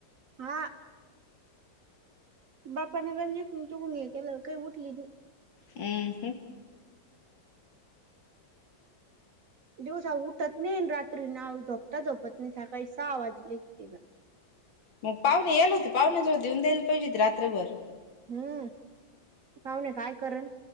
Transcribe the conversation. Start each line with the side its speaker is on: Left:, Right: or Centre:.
Right: हा बापाने गणजकून <unintelligible> हे केलं काही उठली नाही.
Left: हम्
Right: दिवसा उठत नाहीन रात्री ना झोपता झोपत नाही सकाळी सहा वाजलेत तीनं
Left: मग पाहुणे याल होती पाहुण्या जवळ देऊन द्यायला पाहिजे रात्रभर.
Right: हम्म पाहुणे काय करल?